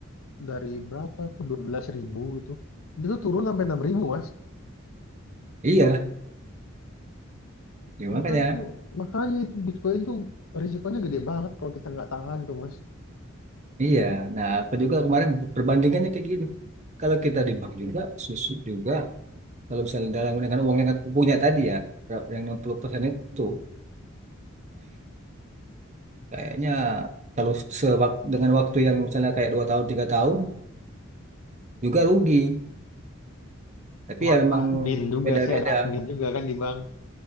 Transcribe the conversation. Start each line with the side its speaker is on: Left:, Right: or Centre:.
Left: dari berapa tuh 12 ribu gitu itu tuh turun sampai 6 ribu Mas
Right: iya ya makanya
Left: makanya itu makanya itu Bitcoin tuh risikonya gede banget kalau kita nggak tahan tuh Mas
Right: iya nah aku juga kemarin perbandingannya kayak gini kalau kita di bank juga susut juga kalau misalnya dalam dengan uang yang aku punya tadi ya berapa- yang 60% itu kayaknya kalau sewak- dengan waktu yang misalnya kayak dua tahun tiga tahun juga rugi. Tapi
Left: Kemakan
Right: ya memang
Left: admin juga
Right: beda-beda.
Left: sih ada admin juga kan di bank